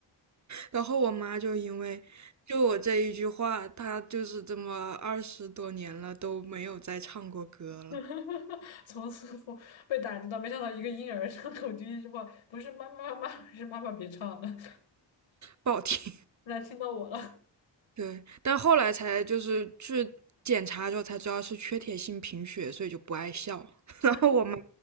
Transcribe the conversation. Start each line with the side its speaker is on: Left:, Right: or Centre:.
Right: 然后我妈就因为就我这一句话，她就是这么二十多年了都没有再唱过歌了，
Left: <laughs> 从此我被打击到，没想到一个婴儿张口第一句话不是妈妈妈妈，是妈妈别唱了，
Right: 不好听。
Left: 来听到我了。
Right: <laughs> 对，但后来才就是去检查之后才知道是缺铁性贫血，所以就不爱笑。<laughs> 然后我妈
Left: 啊，